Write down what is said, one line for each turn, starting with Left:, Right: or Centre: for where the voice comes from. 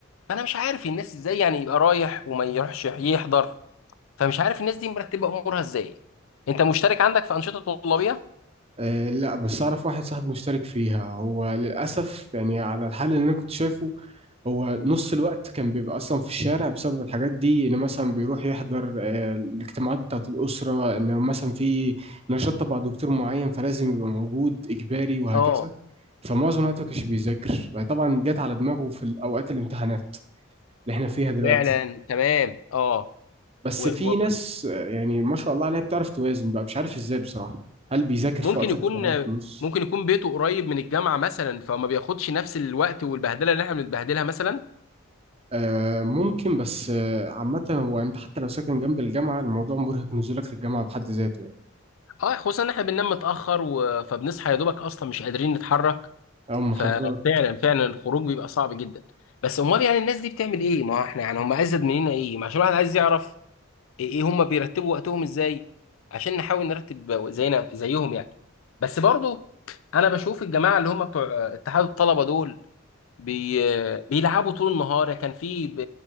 Left: فأنا مش عارف الناس ازاي يعني يبقى رايح وما يروحش يحضر فمش عارف الناس دي مرتبة أمورها ازاي انت مشترك عندك في أنشطة طلابية؟
Right: آه لا بس اعرف واحد صاحبي مشترك فيها هو للاسف يعني على الحال اللي انا كنت شايفه هو نص الوقت كان بيبقى اصلا في الشارع بسبب الحاجات دي ان مثلا بيروح يحضر آه، الاجتماعات بتاعه الاسره ان مثلا في نشاط تبع دكتور معين فلازم يبقى موجود اجباري وهكذا
Left: اه
Right: فمعظم الوقت ما كانش بيذاكر يعني طبعا جت على دماغه في اوقات الامتحانات اللي احنا فيها دلوقتي
Left: فعلا تمام اه
Right: بس
Left: وممكن
Right: في ناس آه، يعني ما شاء الله عليها بتعرف توازن بقى مش عارف ازاي بصراحة هل بيذاكر في وقت
Left: يكون
Right: الفراغ في نص
Left: ممكن يكون بيته قريب من الجامعه مثلا فما بياخدش نفس الوقت والبهدله اللي احنا بنتبهدلها مثلا
Right: آه ممكن بس آه عامة هو انت حتى لو ساكن جنب الجامعة الموضوع مرهق نزولك للجامعة بحد ذاته يعني
Left: اه خصوصا ان احنا بننام متاخر و... فبنصحى يا دوبك اصلا مش قادرين نتحرك
Right: او محاضرات
Left: ففعلا فعلا الخروج بيبقى صعب جدا بس امال يعني الناس دي بتعمل ايه ما احنا يعني هم ازيد مننا ايه ما عشان الواحد عايز يعرف ايه إيه هم بيرتبوا وقتهم ازاي عشان نحاول نرتب زينا زيهم يعني بس برضو انا بشوف الجماعه اللي هم بتوع اتحاد الطلبه دول بي... بيلعبوا طول النهار كان في ب...